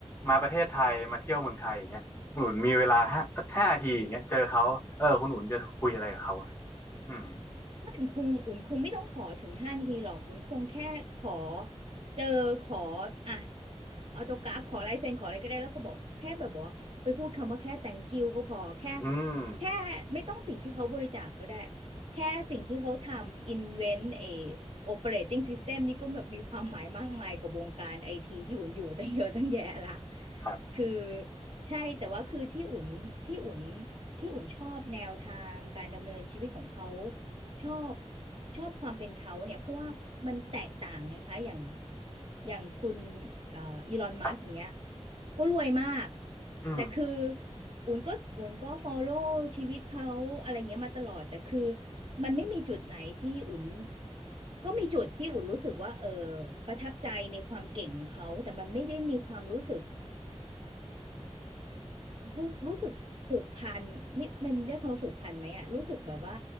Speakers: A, on the left; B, on the right.
A: มาประเทศไทยมาเที่ยวเมืองไทยอย่างเงี้ยคุณอุ่นมีเวลาห้าสักห้าทีอย่างเงี้ยเจอเขาเออคุณอุ่นจะคุยอะไรกับเขาอะอืม
B: อุ่นคงอุ่นคงไม่ต้องขอถึงห้านาทีหรอกอุ่นคงแค่ขอเจอขออ่ะออโต้กราฟขอลายเซ็นขออะไรก็ได้แล้วก็บอกแค่แบบบอกว่าไปพูดคำว่าแค่ thank you ก็พอแค่
A: อืม
B: แค่ไม่ต้องสิ่งที่เขาบริจาคก็ได้แค่สิ่งที่เขาทำ invent เอ operating system นี่ก็แบบมีความหมายมากมายกับวงการไอทีที่อุ่นอยู่ตั้งเยอะตั้งแยะละ
A: ครับ
B: คือใช่แต่ว่าคือที่อุ่นที่อุ่นที่อุ่นชอบแนวทางการดำเนินชีวิตของเขา ชอบชอบความเป็นเขาเนี่ยเพราะว่ามันแตกต่างไงคะอย่างอย่างคุณเอ่ออีลอนมัสก์เนี้ย
A: ครับ
B: ก็รวยมาก
A: อืม
B: แต่คืออุ่นก็อุ่นก็ฟอลโล่ชีวิตเขาอะไรเงี้ยมาตลอดแต่คือมันไม่มีจุดไหนที่อุ่นก็มีจุดที่อุ่นรู้สึกว่าเออประทับใจในความเก่งของเขาแต่มันไม่ได้มีความรู้สึก รู้รู้สึกผูกพันไม่มันเรียกคำว่าผูกพันไหมอะรู้สึกแบบว่า